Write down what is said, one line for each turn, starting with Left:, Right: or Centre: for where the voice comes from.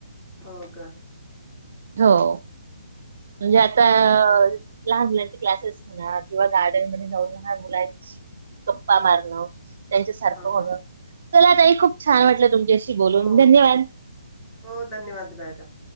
Centre: हो का.
Right: हो. म्हणजे आता लहान मुलांचे क्लासेस म्हणा किंवा गार्डन मध्ये जाऊन लहान मुलांची. <unintelligible> त्यांच्यासारखं
Centre: हा
Right: होण
Centre: हा
Right: चला आताई खूप छान वाटलं तुमच्याशी बोलून
Centre: हो
Right: धन्यवाद.
Centre: हो धन्यवाद मॅडम.